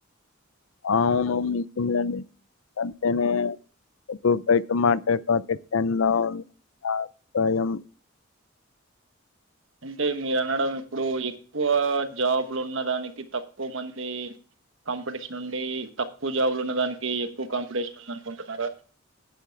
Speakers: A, on the left; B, on the right.
A: అవును <unintelligible> స్వయం
B: అంటే మీరు అనడం. ఇప్పుడు ఎక్కువ జాబ్లు ఉన్నదానికి తక్కువ మంది కాంపిటీషన్ ఉండి. తక్కువ జాబ్లు ఉన్నదానికి ఎక్కువ కాంపిటీషన్ ఉన్నదానుకుంటున్నారా.